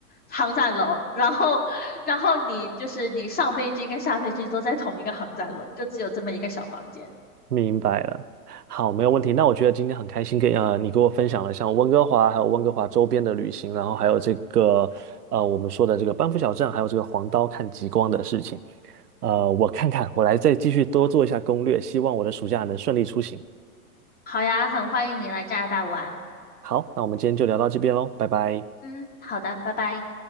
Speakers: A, on the left; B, on the right.
A: 航站楼，然后然后你就是你上飞机跟下飞机都在同一个航站楼，就只有这么一个小房间。
B: 明白了，好，没有问题。那我觉得今天很开心跟，呃你给我分享了像温哥华，还有温哥华周边的旅行，然后还有这个呃我们说的这个班夫小镇，还有这个黄刀看极光的事情。呃，我看看，我来再继续多做一下攻略，希望我的暑假能顺利出行。
A: 好呀，很欢迎你来加拿大玩。
B: 好，那我们今天就聊到这边喽，拜拜。
A: 嗯，好的，拜拜。